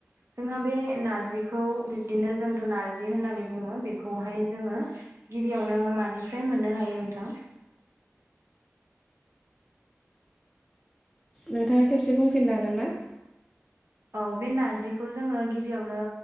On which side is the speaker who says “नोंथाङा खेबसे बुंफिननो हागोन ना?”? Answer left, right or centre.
Centre